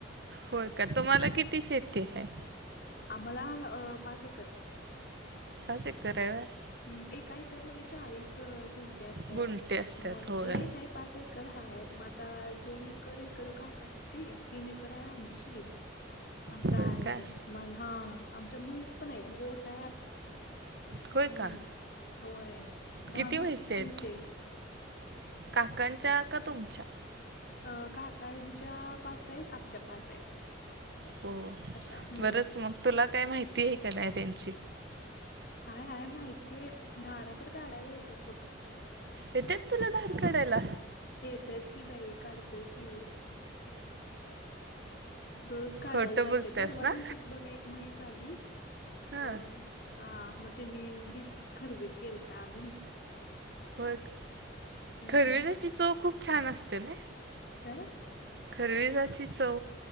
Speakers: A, on the right; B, on the left.
A: होय का तुम्हाला किती शेती हाय?
B: आम्हाला पाच एकर
A: का जिकर आहे.
B: ह एका एकरमध्येध्ये चाळीस गुंट असतात
A: गुंठे असतात
B: मग
A: होय
B: लईन आहे. पाच एकर हाय. म आता दोन एकर इकडं काकाची, तीन एकर आहे आमची. असा
A: होय
B: हाये
A: का
B: मन, हा आमच्या म्हैस पण आहेत गोठा आहे
A: होय
B: हम्म
A: का
B: होय दहा
A: किती
B: म्हशी
A: म्हैशी आहेत
B: पैशेयेत
A: काकांच्या का तुमच्या?
B: अं काकांच्या पाच आहेत आमच्या पाच आहेत.
A: हो
B: अशा. हं.
A: बरंच मग तुला काय माहिती आहे का नाही त्यांची
B: हय आहेय माहितीय आहे धारा तर काढायला येते ना बघ.
A: येतेच तुला धार काढायला.
B: येतच की बाई काढतोय की दररोज काढायला
A: खोटं
B: जातोय
A: बोलतेस
B: परवा
A: ना
B: दिवशीच बघ एक मैस आली
A: हां
B: अ. हा मग त्यांनी दि खरवीच केलताम.
A: होय का
B: हं.
A: खरविजची चव खूप छान असते ना.
B: काय?
A: खर जाची चव.